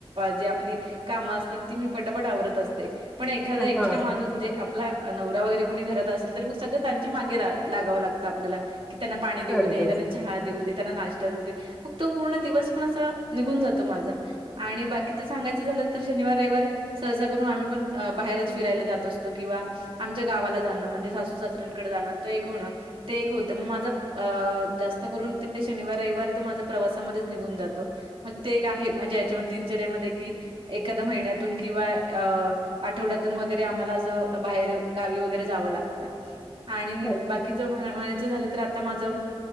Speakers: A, on the right; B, in the centre.
A: जे आपली कामं असतात ती मी पटापट आवरत असते पण एखादा
B: हा
A: एक्स्ट्रा माणूस म्हणजे आप आपला नवरा वगैरे कोणी घरात असेल तर मग सगळं त्यांच्या मागे रा लागावं लागतं आपल्याला. की त्यांना पाणी देऊ
B: अगदीच
A: दे, त्यांना चहा देऊ दे त्यांना नाश्ता देऊ दे मग तो पूर्ण दिवस पण असा निघून जातो माझा आणि बाकीचा सांगायचं झालं तर शनिवार रविवार सहसा करून आम्ही पण अ बाहेरच फिरायला जात असतो किंवा आमच्या गावाला जाणं म्हणजे सासू-सासऱ्यांकडे जाणं तर एक होणं ते एक होतं म माझं अ जास्त करून ते शनिवार रविवार तर माझ्या प्रवासामध्येच निघून जातो. मग ते एक आहे माझे याच्यामध्ये दिनचर्यामध्ये कि एखाद्या महिन्यातून किंवा अ आठवड्यातून वगैरे आम्हाला असं बाहेर गावी वगैरे जावं लागतं. आणि
B: अगदी.
A: बाकीच म्हणायचं झालं तर आता माझा